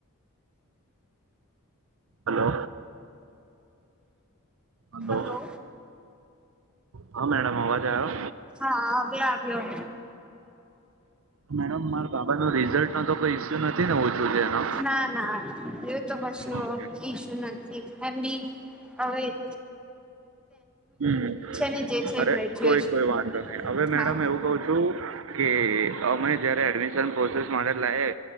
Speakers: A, on the right; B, in the centre.
A: હલો હદો
B: હલો
A: હા મેડમ અવાજ આવો
B: હા આવ્યો આવ્યો
A: મેડમ મારા બાબા નો રિઝલ્ટ નો તો કોઈ ઈસ્યુ નથી ને ઓછું છે એનો.
B: ના ના એ તો કશું
A: ઓકે
B: ઈશુ નથી એમ બી હવે જ
A: હમ
B: ને જે છે
A: અરે
B: ગ્રેજ્યુએશન
A: કોઈ કોઈ વાંધો નહી હવે મેડમ
B: હા
A: એવું કઉ છું, કે અમે જયારે એડમિશન પ્રોસેસ મારે લાયે